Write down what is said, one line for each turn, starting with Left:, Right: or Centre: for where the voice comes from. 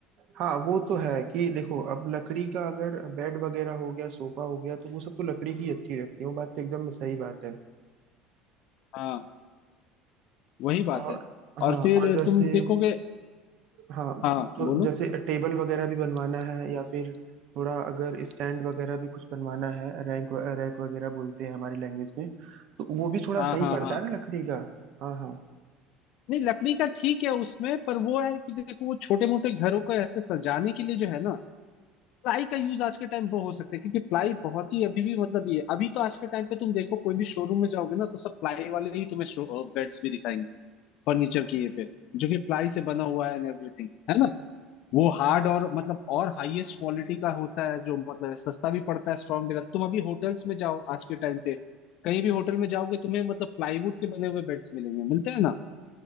Right: हाँ वो तो है कि देखो अब लकड़ी का अगर बेड वगैरह हो गया सोफा हो गया तो वो सब तो लकड़ी की अच्छी रहती है वो बात तो एकदम सही बात है
Left: हाँ वही बात
Right: और
Left: है
Right: हाँ
Left: और फिर
Right: और जैसे
Left: तुम देखोगे
Right: हाँ
Left: हाँ
Right: तो
Left: बोलो
Right: जैसे टेबल वगैरह भी बनवाना है या फिर थोड़ा अगर स्टैंड वगैरह भी कुछ बनवाना है रैंक रैक वगैरह बोलते हैं हमारी लैंग्वेज में तो वो भी थोड़ा
Left: हाँ
Right: सही
Left: हाँ
Right: पड़ता
Left: हाँ
Right: है ना लकड़ी का हाँ हाँ
Left: नहीं लकड़ी का ठीक है उसमें पर वो है कि देखो वो छोटे मोटे घरों को ऐसे सजाने के लिए जो है ना प्लाई का यूज आज के टाइम वो हो सकता है क्योंकि प्लाई बहुत ही अभी भी मतलब ये अभी तो आज के टाइम पे तुम देखो कोई भी शोरूम में जाओगे ना तो सब प्लाई वाले ही तुम्हें बेड्स भी दिखाएंगे फर्नीचर की ये पे जो कि प्लाई से बना हुआ है एंड एवरीथिंग है ना वो हार्ड और मतलब और हाईएस्ट क्वालिटी का होता है जो मतलब सस्ता भी पड़ता है स्ट्रॉन्ग भी रहता है तुम अभी होटल्स में जाओ आज के टाइम पे कहीं भी होटल में जाओगे तुम्हें मतलब प्लाईवुड के बने हुए बेड्स मिलेंगे मिलते हैं ना